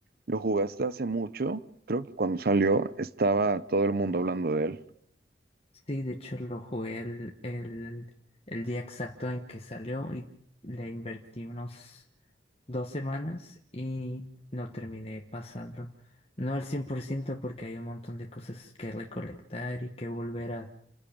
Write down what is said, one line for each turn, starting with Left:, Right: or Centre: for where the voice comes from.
Right: lo jugaste hace mucho, creo que cuando salió estaba todo el mundo hablando de él.
Left: Sí, de hecho lo jugué el, el, el día exacto en que salió y le invertí unos dos semanas y no terminé pasando. No al 100% porque hay un montón de cosas que recolectar y que volver a,